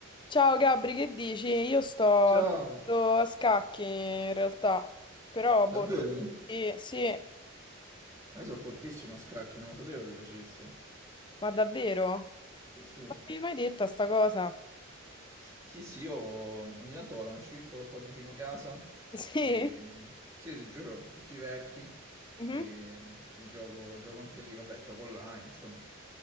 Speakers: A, on the left; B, on the right.
A: Ciao Gabri, che dici? Io sto
B: Ciao,
A: giocando a scacchi in realtà, però boh,
B: davvero?
A: sì, sì,
B: Ma io sono fortissimo a scacchi, non lo sapevo ti piacesse.
A: ma davvero? Non
B: Sì, sì.
A: mi hai mai detta sta cosa?
B: Sì, sì, io ogni tanto vado a un circolo qua vicino casa
A: <laughs> Sì?
B: e... Sì, ti giuro, tutti vecchi
A: Mhm.
B: e, e gioco, gioco anche lì, vabbè, gioco online, insomma.